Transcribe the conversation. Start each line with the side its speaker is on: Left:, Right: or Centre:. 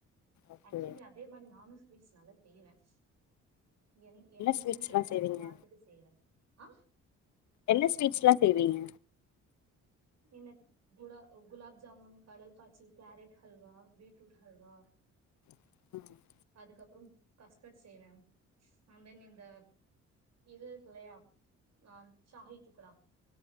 Left: ஓகே
Right: ஆக்சுவலி அதே மாரி நானும் வீட்ஸ் நல்லா செய்வேன் என் என்ன
Left: ஸ்வீட்ஸ்லா
Right: ஸ்வீட்டா இருந்தாலும்
Left: செய்வீங்க
Right: பாத்துட்டு செய்வேன் ஆ
Left: என்ன ஸ்வீட்ஸ்ல்லாம் செய்வீங்க
Right: எனக்கு குா குலாப் ஜாமூன் கடல் பாாய்ச்சி கேரட் ஹல்வா பீட்ரூட் ஹல்வா
Left: <unintelligible>
Right: அதுக்கப்பறம் கஸ்டர்ட் செய்வேன் அந்தன் இந்த எது கொலயாப் சாஹித்துக்கடா